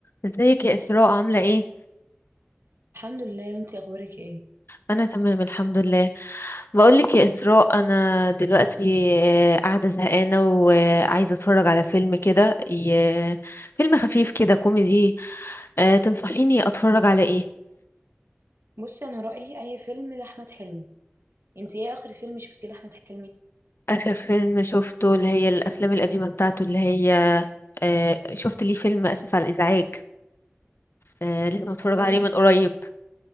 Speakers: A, on the left; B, on the right.
A: ازيك يا إسراء عاملة ايه؟
B: الحمد لله وانتي اخبارك ايه
A: أنا تمام الحمد لله بقولك يا إسراء أنا دلوقتي آه، قاعدة زهقانة وعايزة أتفرج على فيلم كده ي- فيلم خفيف كده كوميدي آه، تنصحيني أتفرج على ايه؟
B: بصي انا رايي اي فيلم لاحمد حلمي انتي ايه اخر فيلم شفتيه لاحمد حلمي
A: آخر فيلم شفته اللي هي الأفلام القديمة بتاعته اللي هي آه، شفت ليه فيلم آسف على الإزعاج آه، لسه متفرج
B: اه
A: عليه من قريب